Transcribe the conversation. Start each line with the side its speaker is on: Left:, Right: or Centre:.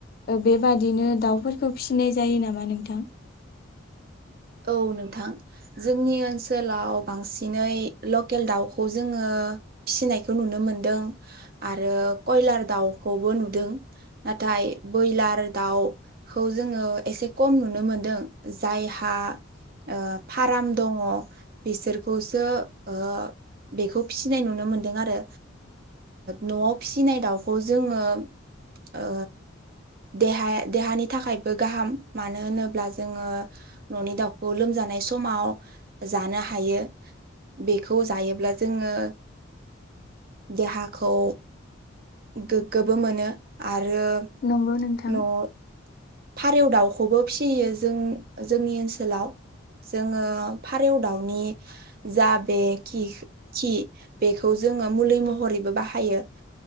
Left: बेबादिनो दाउफोरखौ फिनाय जायो नामा नोंथां?
Right: औ नोंथां जोंनि ओनसोलाव बांसिनै लकेल दाउखौ जोङो फिसिनायखौ नुनो मोनदों आरो कयलार दाउखौबो नुदों नाथाय बयलार दाउखौ जोङो एसे खम नुनो मोनदों जायहा ओ फाराम दङ बिसोरखौसो ओ बेखौ फिसिनाय नुनो मोनदों आरो न'आव फिसिनाय दाउखौ जोङो ओ देहा देहानि थाखायबो गाहाम मानो होनोब्ला जोङो ननि दाउखौ लोमजानाय समाव जानो हायो बेखौ जायोब्ला जोङो देहा खौ गोग्गोबो मोनो आर आरो
Left: नंगौ नोंथां।
Right: न' फारौ दाउखौबो फिसियो जों-जोंनि ओनसोलाव जोङो फारौ दाउनि जा बे खि खि बेखौ जोङो मुलि महरैबो बाहायो